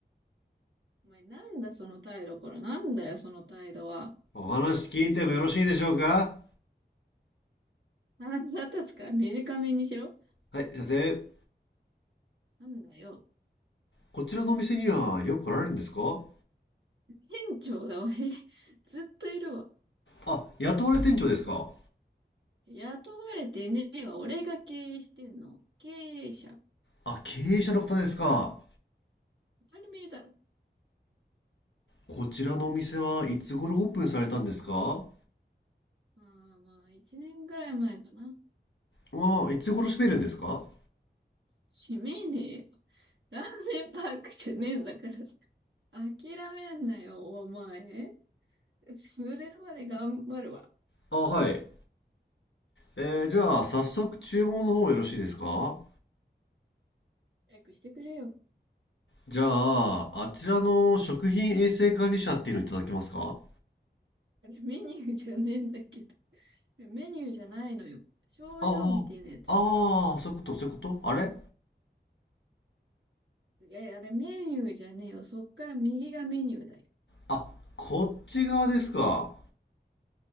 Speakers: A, on the right (about 85°); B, on the left (about 85°).
A: お前、なんだその態度、これ。なんだよ、その態度は。
B: お話聞いてもよろしいでしょうか
A: 腹立つから短めにしろ。
B: はい先生
A: なんだよ。
B: こちらのお店にはよく来られるんですか
A: 店長だわ。<laughs> へずっといるわ。
B: あ雇われ店長ですか
A: 雇われてねえわ。俺が経営してんの。経営者。
B: あ経営者の方ですか
A: 当たり前だろ。
B: こちらのお店はいつ頃オープンされたんですか
A: ああ、まあ、一年ぐらい前かな。
B: あいつ頃閉めるんですか
A: 閉めねえよ。ラーメンパークじゃねえんだからさ。諦めんなよ、お前。潰れるまで頑張るわ。
B: あ、はい。えーじゃあ、早速注文の方よろしいですか
A: 早くしてくれよ。
B: じゃあ、あちらの食品衛生管理者っていうのいただけますか
A: あれメニューじゃねえんだけど。メニューじゃないのよ。症状みてえなやつ。
B: ああ、ああ、そういうこと、そういうことあれ
A: いやいや、あれメニューじゃねえよ。そっから右がメニューだよ。
B: あ、こっち側ですか。